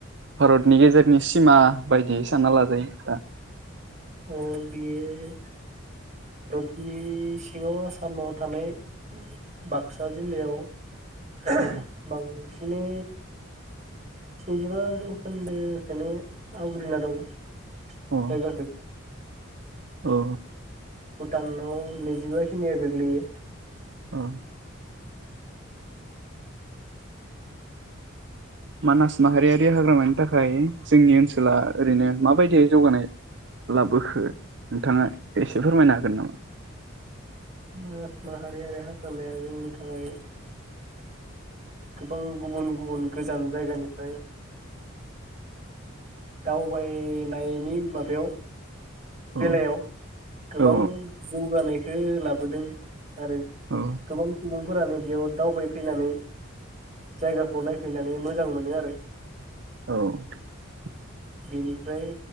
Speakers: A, on the right; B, on the right.
A: भारतनि गेजेरनि सिमा बायदियै साननानै लाजायो दा
B: ओ बेयो <unintelligible> सिङाव आसामाव थानाय बाक्सा जिल्लायाव <unintelligible>
A: अ
B: बांसिनै स्निजिबा जौखोन्दोखौनो आवग्रिना दङ मा
A: औ
B: जाखो?
A: औ
B: भुटानाव नैजिबा खिनिया गोग्लैयो
A: औ मानास माहारियारि हाग्रामानि थाखाय जोंनि ओनसोला ओरैनो माबायदिय जौगानाय लाबोखो नोंथाङा एसे फोरमायनो हागोन नामा
B: मानास माहारियारि हाग्रामाया जोंनि थाखाय गोबां गुबुन गुबुन गोजान जायगानिफ्राय दावबायनायनि माबायाव बेलायाव
A: औ
B: गोबां
A: औ
B: जौगानाय खो लाबोदों। आरो
A: औ
B: गोबां सुबुं फोरानो बेयाव दावबाय फैनानै जायगाखौ नायफैनानै मोजां मोनो आरो
A: औ
B: बेनिफ्राय